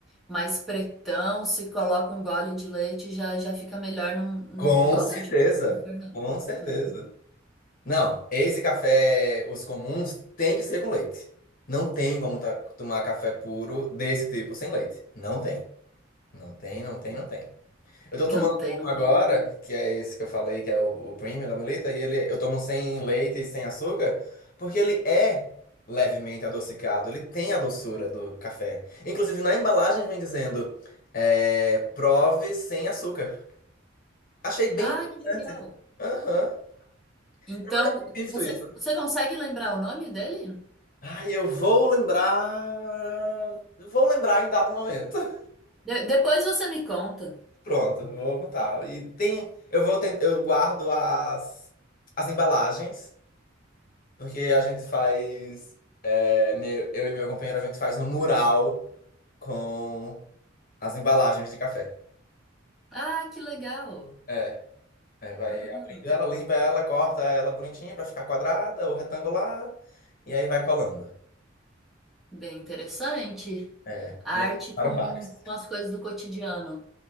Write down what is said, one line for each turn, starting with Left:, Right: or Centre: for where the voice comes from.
Centre: mais pretão, se coloca um gole de leite, já, já fica melhor, não, não
Left: Com
Centre: gosto
Left: certeza.
Centre: de pôr açúcar, não.
Left: Com certeza.
Centre: Uhum.
Left: Não, esse café, os comuns, tem que ser com leite. Não tem como ta- tomar café puro desse tipo sem leite. Não tem. Não tem, não tem, não tem. Eu tô
Centre: Não
Left: tomando
Centre: tem,
Left: um
Centre: não
Left: agora,
Centre: tem.
Left: que é esse que eu falei, que é o, o premium da Melita, e ele, eu tomo sem leite e sem açúcar, porque ele é levemente adocicado. Ele tem a doçura do café. Inclusive, na embalagem vem dizendo, é, prove sem açúcar. Achei bem
Centre: Ah,
Left: interessante.
Centre: que legal.
Left: Aham.
Centre: Então,
Left: Eu nunca tinha visto
Centre: você,
Left: isso.
Centre: você consegue lembrar o nome dele?
Left: Ai, eu vou lembrar. eu Vou lembrar em dado momento. <laughs>
Centre: De- depois você me conta.
Left: Pronto, vou contar. E tem. Eu vou tentar. Eu guardo as, as embalagens, porque a gente faz. é, meu- eu e meu companheiro, a gente faz um mural com as embalagens de café.
Centre: Ah, que legal.
Left: É. Aí vai
Centre: Uhum.
Left: abrindo ela, limpa ela, corta ela bonitinha pra ficar quadrada ou retangular. E aí vai colando.
Centre: Bem interessante.
Left: É.
Centre: Arte
Left: E aí ficaram
Centre: com,
Left: vários.
Centre: com as coisas do cotidiano.